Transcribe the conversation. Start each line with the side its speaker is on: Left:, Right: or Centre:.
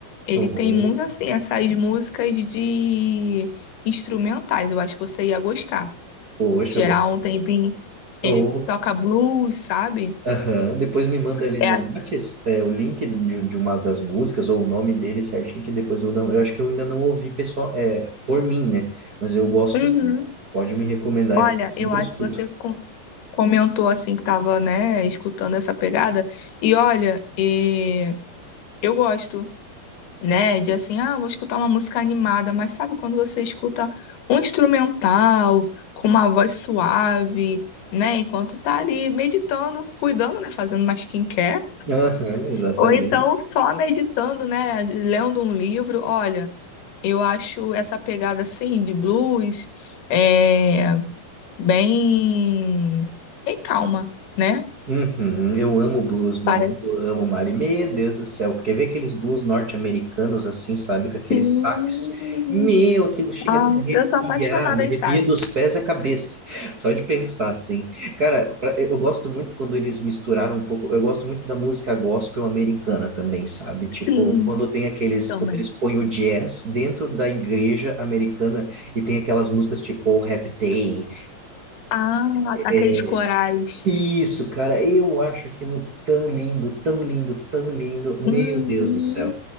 Left: Ele
Right: um
Left: tem muito assim essas músicas de instrumentais. Eu acho que você ia gostar.
Right: Poxa,
Left: Tirar
Right: eu gosto.
Left: um tempinho. Ele
Right: Ou,
Left: toca blues, sabe?
Right: aham, Depois me manda ali
Left: É.
Right: no
Left: a-
Right: Whats, é, o link de, de uma das músicas ou o nome dele certinho, que depois eu não. Eu acho que eu ainda não ouvi pessoal, é, por mim, né? Mas eu gosto
Left: Uhum.
Right: sim. Pode me recomendar
Left: Olha,
Right: que eu sempre
Left: eu acho
Right: escuto.
Left: que você com- comentou assim que tava, né, escutando essa pegada. E olha, e eu gosto, né, de assim, ah, vou escutar uma música animada, mas sabe quando você escuta um instrumental com uma voz suave, né, enquanto tá ali meditando, cuidando, né, fazendo uma skincare.
Right: Aham, exatamente.
Left: Ou então só meditando, né? Lendo um livro. Olha, Eu acho essa pegada assim de blues é bem bem calma, né?
Right: Uhum, eu amo blues, mano.
Left: Parece
Right: Eu amo, Mari. Meu Deus do céu. Porque ver aqueles blues norte-americanos assim, sabe? Com aqueles
Left: sim.
Right: sax. Meu, aquilo chega
Left: Ah,
Right: a me arrepiar.
Left: eu sou apaixonada
Right: Me arrepia
Left: em sax.
Right: dos pés à cabeça. <laughs> Só de pensar, assim. Cara, pra- eu gosto muito quando eles misturaram um pouco. Eu gosto muito da música gospel americana também, sabe? Tipo,
Left: Sim,
Right: quando tem aqueles.
Left: também.
Right: Quando eles põem o jazz dentro da igreja americana e tem aquelas músicas tipo Happy Day.
Left: Ah,
Right: É,
Left: aqueles corais.
Right: isso, cara, eu acho aquilo tão lindo, tão lindo, tão lindo. Meu
Left: Uhum.
Right: Deus do céu.